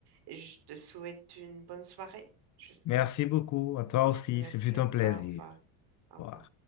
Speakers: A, on the right; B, on the left.
A: Et je te souhaite une bonne soirée. Je-
B: Merci beaucoup. À toi aussi.
A: Merci
B: Ce fut
A: à
B: un
A: toi.
B: plaisir.
A: Au revoir. Au
B: Voilà.
A: revoir.